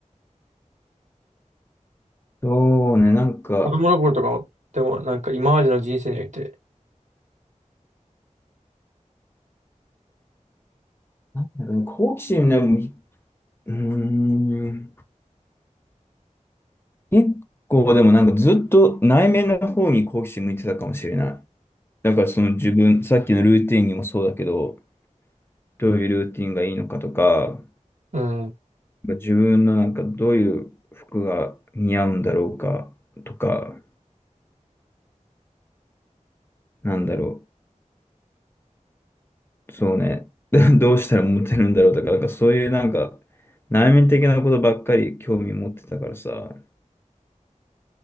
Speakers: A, on the left; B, on the right.
A: そうね、なんか、
B: 子供の頃とかでもなんか今までの人生において、
A: なんだろうね、好奇心ね、もううーん、結構でもなんかずっと内面の方に好奇心向いてたかもしれない。だからその自分、さっきのルーティンにもそうだけど、どういうルーティンがいいのかとか、
B: うん。
A: 自分のなんかどういう服が似合うんだろうかとか、なんだろう、そうね、<laughs> どうしたらモテるんだろうとか、なんかそういうなんか内面的なことばっかり興味持ってたからさ、